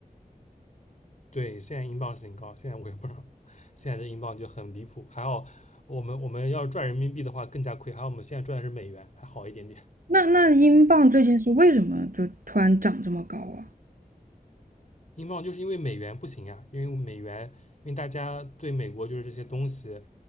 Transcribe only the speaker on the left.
对，现在英镑是挺高，现在我也不知道，<laughs> 现在这英镑就很离谱。还好我们我们要是赚人民币的话更加亏，还好我们现在赚的是美元，还好一点点。
英镑就是因为美元不行呀、因为美元，因为大家对美国就是这些东西，